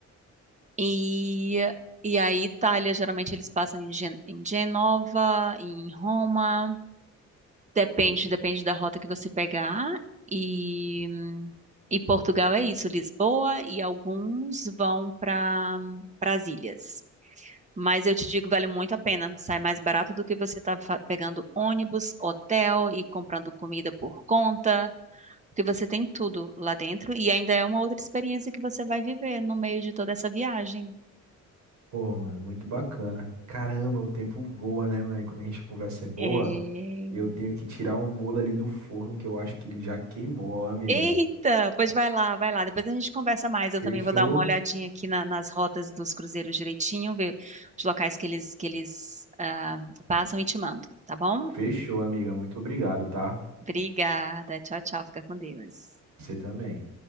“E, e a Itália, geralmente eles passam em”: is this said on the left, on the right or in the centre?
Right